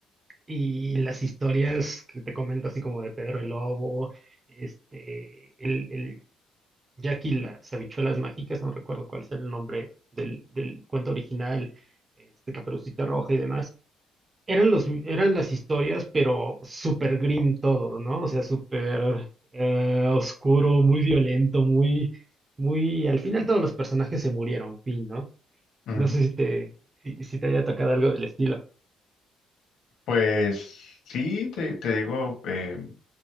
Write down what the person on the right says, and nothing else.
Y las historias que te comento, así como de Pedro el Lobo, este, el, el Jack y las habichuelas mágicas, no recuerdo cuál es el nombre del, del cuento original, este, Caperucita Roja y demás, eran los, eran las historias, pero súper grim todo, ¿no? O sea, súper eh, oscuro, muy violento, muy, muy. Al final todos los personajes se murieron, fin, ¿no?
No sé si te, si, si te haya tocado algo del estilo.